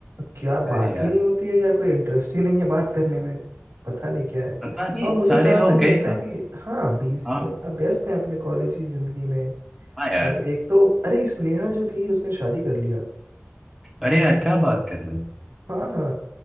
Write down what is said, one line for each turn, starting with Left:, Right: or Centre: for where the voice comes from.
Right: क्या
Centre: अरे
Right: बात
Centre: यार
Right: ही नहीं होती है या कोई इंटरेस्ट ही नहीं है बात करने में पता नहीं क्या है
Centre: पता नहीं
Right: और मुझे
Centre: सारे
Right: जहाँ
Centre: लोग
Right: तक लगता
Centre: गए कहाँ
Right: है कि हाँ बिजी
Centre: हाँ
Right: है अपना व्यस्त है अपने कॉलेज की जिंदगी में
Centre: हाँ यार
Right: और एक तो अरे स्नेहा जो थी उसने शादी कर लिया
Centre: अरे यार क्या बात कर रहे हैं
Right: हाँ हाँ